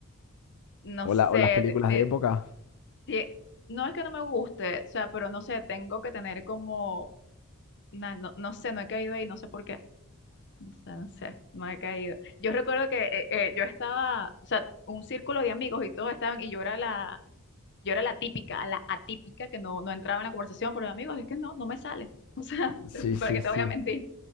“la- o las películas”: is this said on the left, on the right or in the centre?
Left